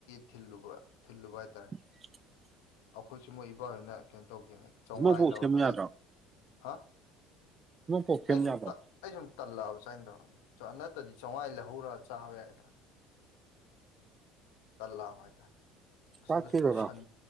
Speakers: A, on the left; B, on the right.
A: ꯊꯤꯜꯂꯨꯕ ꯊꯤꯜꯂꯨꯕ ꯍꯥꯏꯇꯥꯔꯦ
B: <inaudible>
A: ꯑꯩꯈꯣꯏꯁꯨ ꯃꯣꯏ ꯏꯕꯥꯎꯍꯣꯏꯅ ꯀꯩꯅꯣ ꯇꯧꯒꯦꯅꯦ ꯆꯥꯉꯥꯏ
B: ꯏꯁꯃꯣꯛ ꯄꯣꯛ
A: ꯂꯧꯔꯒ
B: ꯁꯦꯝꯕ
A: ꯑꯩꯗꯤ
B: ꯌꯥꯗ꯭ꯔꯣ
A: ꯍꯥ
B: ꯏꯁꯃꯣꯛ ꯄꯣꯛ ꯁꯦꯝꯕ
A: ꯑꯩ ꯁꯎꯝ
B: ꯌꯥꯗ꯭ꯔꯣ
A: ꯇ ꯑꯩ ꯁꯨꯝ ꯇꯜꯂꯛꯑꯕ ꯁꯨꯃꯥꯏꯅ ꯇꯧꯔ ꯅꯠꯇ꯭ꯔꯗꯤ ꯆꯦꯡꯋꯥꯏ ꯂꯩꯍꯧꯔꯒ ꯆꯥꯕ ꯌꯥꯏꯗꯅ ꯇꯂꯥꯏꯇꯥ ꯑꯗꯨꯄꯟ
B: ꯆꯥꯛ ꯊꯤꯔꯨꯔꯣ